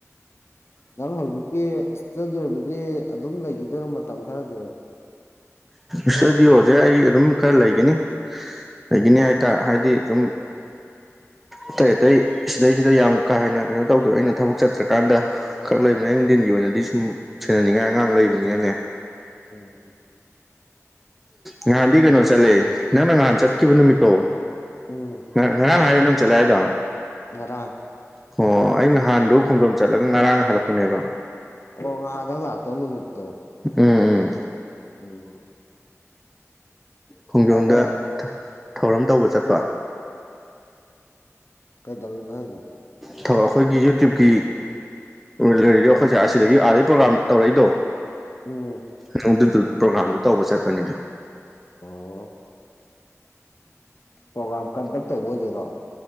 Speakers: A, on the left; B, in the centre.
A: ꯅꯪ ꯍꯧꯖꯤꯛꯀꯤ ꯏꯁꯇꯨꯗꯤꯑꯣꯗꯗꯤ ꯑꯗꯨꯝ ꯂꯩꯈꯤꯗꯣꯏꯔꯣ ꯃꯇꯝ ꯈꯔꯗꯤ
B: ꯏꯁꯇꯨꯗꯤꯑꯣꯁꯦ ꯑꯩ ꯑꯗꯨꯝ ꯈꯔ ꯂꯩꯒꯅꯤ
A: ꯎꯝ
B: ꯂꯩꯒꯅꯤ ꯍꯥꯏꯇꯥꯔꯦ ꯍꯥꯏꯗꯤ ꯁꯨꯝ
A: <inaudible>
B: ꯑꯇꯩ ꯑꯇꯩ ꯁꯤꯗꯩꯁꯤꯗ ꯌꯥꯝ ꯀꯥ ꯍꯦꯟꯅ ꯀꯩꯅꯣ ꯇꯧꯗꯣꯏ ꯑꯩꯅ ꯊꯕꯛ ꯆꯠꯇ꯭ꯔꯀꯥꯟꯗ ꯈꯛ ꯂꯩꯕꯅꯤ ꯑꯌꯨꯛ ꯅꯨꯡꯗꯤꯟꯒꯤ ꯑꯣꯏꯅꯗꯤ ꯁꯨꯝ ꯁꯦꯟꯅꯅꯤꯡꯉꯥꯏ ꯑꯉꯥꯡ ꯂꯩꯕꯅꯤꯅꯅꯦ
A: ꯎꯝ
B: ꯉꯍꯥꯟꯗꯤ ꯀꯩꯅꯣ ꯆꯠꯂꯦ ꯅꯪꯅ ꯉꯍꯥꯟ ꯆꯠꯈꯤꯕ ꯅꯨꯃꯤꯠꯇꯣ
A: ꯎꯝ
B: ꯉ ꯉꯔꯥꯡ ꯍꯥꯏꯔꯣ ꯅꯪ ꯆꯠꯂꯦ ꯍꯥꯏꯗꯣ
A: ꯉꯔꯥꯡ
B: ꯑꯣ ꯑꯩ ꯉꯍꯥꯟꯗꯣ ꯈꯣꯡꯖꯣꯝ ꯆꯠꯂꯒ ꯉꯔꯥꯡ
A: ꯅꯪ
B: ꯍꯜꯂꯛꯄꯅꯦꯕ
A: ꯑꯣ ꯉꯍꯥꯟꯗꯪ ꯂꯥꯛꯇꯧ ꯅꯨꯃꯤꯠꯇꯣ
B: ꯎꯝ ꯎꯝ
A: ꯎꯝ
B: ꯈꯣꯡꯖꯣꯝꯗ
A: ꯑꯥꯗ
B: ꯊꯧꯔꯝ ꯇꯧꯕ ꯆꯠꯄ
A: ꯀꯩ ꯀꯩꯗꯧꯔꯤꯅꯣ ꯍꯥꯏꯖꯦ
B: ꯁꯧꯔ ꯑꯩꯈꯣꯏꯒꯤ ꯌꯨꯇ꯭ꯌꯨꯞꯀꯤ ꯂꯩꯔꯗꯤ ꯑꯩꯈꯣꯏꯁꯦ ꯑꯁꯤꯗꯒꯤ ꯑꯗꯩ ꯄ꯭ꯔꯣꯒꯥꯝ ꯇꯧꯔꯛꯏꯗꯣ
A: ꯎꯝ
B: ꯍꯩꯅꯧꯗꯨꯁꯨ ꯄ꯭ꯔꯣꯒ꯭ꯔꯥꯝꯗꯨ ꯇꯧꯕ ꯆꯠꯄꯅꯤꯗ
A: ꯑꯣ ꯄ꯭ꯔꯣꯒꯥꯝ ꯀꯟꯗꯛ ꯇꯧꯕ ꯑꯣꯏꯗꯣꯏꯅꯣ